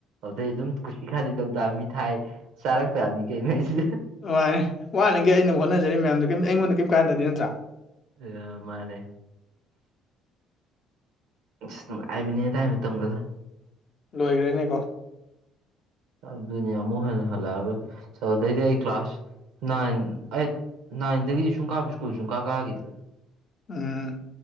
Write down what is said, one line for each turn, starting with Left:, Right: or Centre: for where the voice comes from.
Right: ꯑꯗꯩ ꯑꯗꯨꯝ ꯀꯨꯁꯤ ꯈꯥꯗꯤ ꯇꯧ ꯇꯥꯑꯕꯃꯤ ꯊꯥꯏ ꯆꯥꯔꯛ ꯇꯥꯑꯕꯅꯤ ꯀꯩꯅꯣꯁꯤꯗ
Left: ꯋꯥꯅꯤ ꯋꯥꯠꯅꯤꯒꯦ ꯑꯩꯅ ꯍꯣꯠꯅꯖꯔꯤ ꯃꯌꯥꯝꯗꯣ ꯀꯝꯇ ꯑꯩꯉꯣꯟꯗ ꯀꯔꯤꯝ ꯀꯥꯟꯗꯗꯤ ꯅꯠꯇ꯭ꯔꯥ
Right: ꯑ ꯃꯥꯅꯦ ꯑꯁ ꯅꯨꯡꯉꯥꯏꯕꯅꯤ ꯑꯗꯨꯗꯥꯏ ꯃꯇꯝꯒꯗꯣ
Left: ꯂꯣꯏꯈ꯭ꯔꯦꯅꯤꯀꯣ
Right: ꯑꯗꯨꯅꯤ ꯑꯃꯨ ꯍꯅ ꯍꯜꯂ ꯆꯗꯗꯤ ꯑꯩ ꯀ꯭ꯂꯥꯁ ꯅꯥꯏꯟ ꯑꯩꯠ ꯅꯥꯏꯟꯗꯒꯤꯗꯤ ꯁꯨꯝ ꯀꯥꯕ ꯁ꯭ꯀꯨꯜ ꯁꯨꯡ ꯀꯥ ꯀꯥꯈꯤꯗ꯭ꯔꯦ
Left: ꯑ